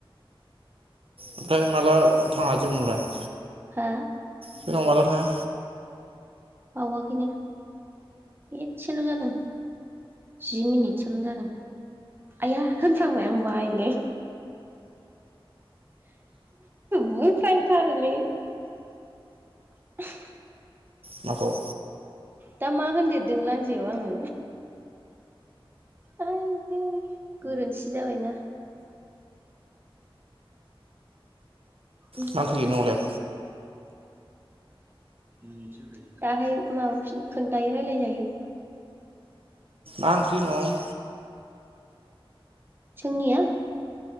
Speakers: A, on the right; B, on the right.
A: ओमफाय माला थाङा जोंनावलाय?
B: हा?
A: जोंनाव माला थाङा?
B: बावाखै नै एसेल' जादों जि मिनिटसोल' जादों आइया होनफ्लांबाय आं बायोलै। बुंफ्लां थारोलै <unintelligible>
A: माखौ?
B: दा मा होनदेरदों लान्जायाव आङो आयदै गोरोन्थि जाबायना मिनथिया
A: मा ओंख्रि न'आवलाय
B: दाहाय माबाफिन खोन्थायो रायलाय जायो
A: आं <unintelligible>
B: जोंनिया